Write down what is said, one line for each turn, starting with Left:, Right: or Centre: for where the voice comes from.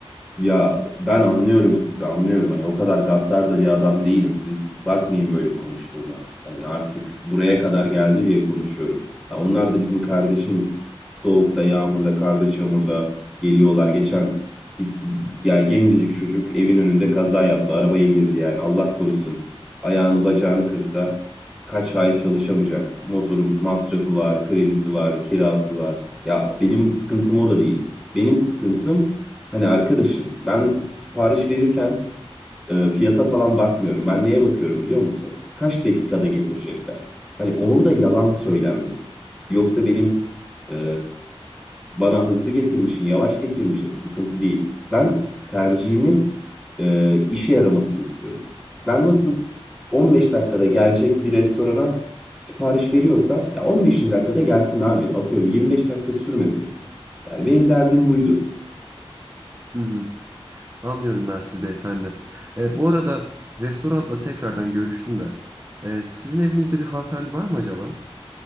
Centre: Ya ben anlıyorum sizi anlıyorum hani o kadar gaddar da bir adam değilim siz bakmayın böyle konuştuğuma hani artık buraya kadar geldi diye konuşuyorum ha, onlar da bizim kardeşimiz soğukta yağmurda karda çamurda geliyorlar geçen bir, yani gencecik çocuk evin önünde kaza yaptı arabaya girdi yani Allah korusun ayağını bacağını kırsa kaç ay çalışamayacak motorun masrafı var kredisi var kirası var ya benim sıkıntım o da değil benim sıkıntım Hani arkadaşım ben sipariş verirken e, fiyata falan bakmıyorum. Ben neye bakıyorum biliyor musun? Kaç dakikada getirecekler? Hani orada yalan söylenmesin. Yoksa benim e, bana hızlı getirmişsin, yavaş getirmişsin sıkıntı değil. Ben tercihimin e, işe yaramasını istiyorum. Ben nasıl 15 dakikada gelecek bir restorana sipariş veriyorsam ya 15. dakikada gelsin abi. Atıyorum 25 dakika sürmesin. Yani benim derdim buydu.
Right: Hı hı. Anlıyorum ben siz beyefendi. E, bu arada restoranla tekrardan görüştüm de. E, sizin evinizde bir hanımefendi var mı acaba?